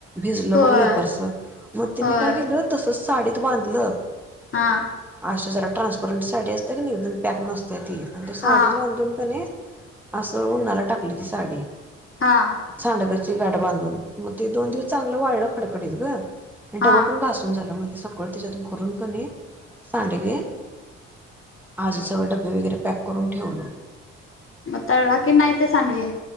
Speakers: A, in the centre; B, on the left (about 35°).
A: भिजलं
B: होय
A: बघ वेफर्स मग ते
B: होय
A: मी काय केलं तसच साडीत बांधलं ल
B: हा
A: अशा जरा ट्रान्सपरंट साडी असत्या की एकदम पॅक नसत्या ती आणि साडीच
B: हा
A: बांधून क नाही असं उन्हाला टाकली ती साडी
B: हा
A: सांडगची गाठ बांधून मग ते दोन दिवस चांगलं वाळलं खडखडीत ग आणि
B: हा
A: डब पण घासून झालं मग सगळं त्याच्यात भरून कनाही सांडगे आज सगळं डब्बे वगैरे पॅक करून ठेवलो
B: मग तळला की नाही ते सांडगे